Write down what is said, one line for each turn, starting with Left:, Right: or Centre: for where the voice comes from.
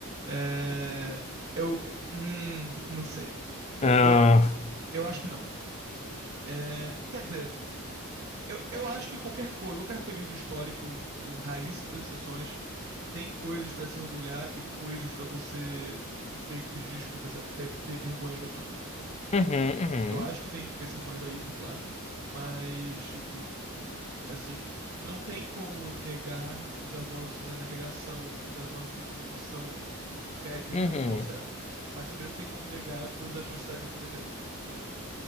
Right: É, eu, hum, não sei. Eu,
Left: Ah,
Right: eu, eu acho que não. É, quer dizer, eu, eu acho que qualquer coisa, qualquer período histórico, com raríssimas exceções, tem coisas pra se orgulhar e coisas pra você meio que pedir desculpa, sa- ter, ter vergonha daquilo, entendeu?
Left: uhum, uhum,
Right: Eu acho que tem exceções a isso, claro. Mas, tipo, Assim, não tem como negar os avanços na navegação, os avanços em produção que o Império Britânico
Left: uhum.
Right: trouxeram. Mas também não tem como negar todas as atrocidades que eles cometeram. Entendeu?